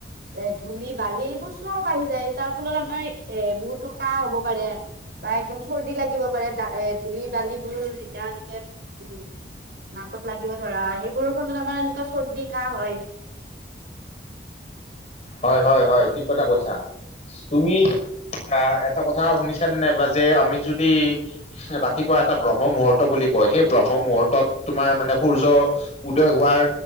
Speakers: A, on the right (about 60°); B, on the left (about 40°).
A: এ ধূলি বালি এইবোৰ চব আহি যায়, তাৰ ফলত আমাৰ এ বহুতো কাহ হ'ব। পাৰে, বা একদম চৰ্দি লাগিব পাৰে, এ ধূলি বালিবোৰ যেতিয়া এনেকে উ নাকত লাগিব ধৰা, সেইবোৰৰ ফলত আমাৰ এনেকুৱা চৰ্দি কাহ হয়।
B: হয়, হয়, হয়, ঠিক কথা কৈছা। তুমি আ, এটা কথা শুনিছা নে নাইবা যে আমি যদি ৰাতিপুৱা এটা ব্ৰহ্ম মুহূৰ্ত বুলি কয়, সেই ব্ৰহ্ম মুহূৰ্তত তোমাৰ মানে সূৰ্য উদয় হোৱাৰ